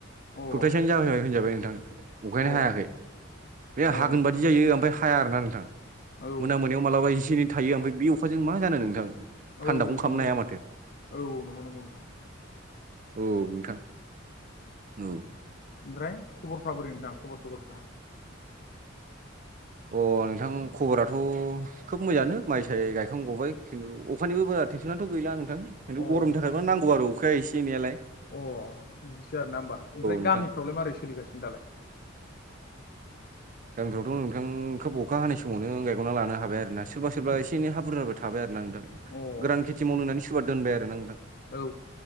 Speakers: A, on the left; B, on the right.
A: अ
B: सप्तासेयानो जाबाय होनजाबाय नोंथां। अखायानो
A: अ
B: हायाखै बे
A: अ
B: हागोन बादि जायो ओमफाय हाया आरो ना नोंथां।
A: औ
B: मोना मोनायाव मालाबा इसे एनै थायो ओमफ्राय बे अखाजों मा जानो नोंथां
A: औ
B: थान्दाखौनो
A: औ बेबो
B: खालामनो हाया
A: मोनसे
B: माथो।
A: औ नंगौ नंगौ। नोंथां
B: औ नोंथां औ।
A: ओमफ्राय खबरफ्रा बोरै नोंथां खबर सबरफ्रा?
B: अ नोंथां खबराथ' खोब मोजाङानो माइ साय गायखां गबाय। खिन्थु अखानिबो बारा थेनसनाथ' गैला नोंथां खिन्थु
A: अ
B: गरमनि थाखायबा नांगौ आरो अखाया एसे एनैआलाय।
A: अ बिदिसो आरो ना होमबा ओमफ्राय
B: नोंथां
A: गामिफ्रावलाय मारै सोलिगासिनो दालाय?
B: गामिफ्रावथ' नोंथां खोब अखा हानाय समावनो गायगना लानो हाबाय आरो। ना सोरबा सोरबा एसे इनै हा बुरजाफ्रा थाबाय आरो ना नोंथां।
A: अ औ
B: गोरान खेथि मावनो होननानै सोरबा दोनबाय आरो ना नोंथां
A: औ